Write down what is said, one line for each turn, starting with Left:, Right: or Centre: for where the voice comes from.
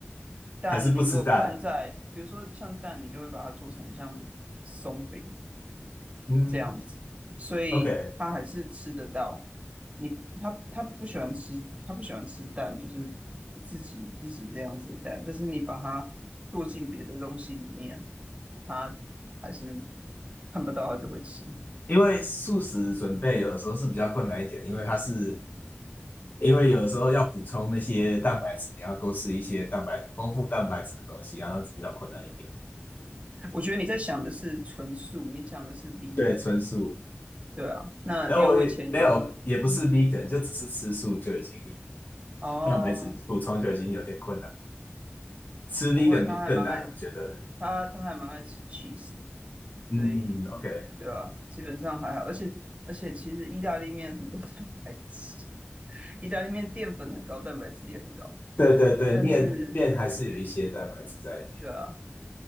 Right: 但你如果拌在，
Left: 还是不吃蛋？
Right: 比如说像蛋，你就会把它做成像松饼，
Left: 嗯
Right: 这样子，所以他还是吃得到。
Left: ，OK，
Right: 你他他不喜欢吃，他不喜欢吃蛋，就是自己自己这样子的蛋。但是你把它剁进别的东西里面，他还是看不到，他就会吃。
Left: 因为素食准备有的时候是比较困难一点，因为它是因为有的时候要补充那些蛋白质，你要多吃一些蛋白丰富蛋白质的东西，然后比较困难一点。
Right: 我觉得你在想的是纯素，你讲的是 vegan，
Left: 对，纯素，
Right: 对啊。那因为我以前有，
Left: 然后我没有也不是
Right: 嗯
Left: vegan，就只是吃素就已经。
Right: 哦，
Left: 蛋白质补充就已经有点困难。吃
Right: 不会，
Left: v e g
Right: 他还蛮爱
Left: 更难，我觉得。
Right: 他他还蛮爱吃 cheese。
Left: 嗯，OK，
Right: 对，对啊，基本上还好，而且而且其实意大利面很多 <laughs> 蛋白质，<laughs> 意大利面淀粉很高，蛋白质也很高，
Left: 对对对，
Right: 但嗯是
Left: 面面还是有一些蛋白质在里面，
Right: 对啊，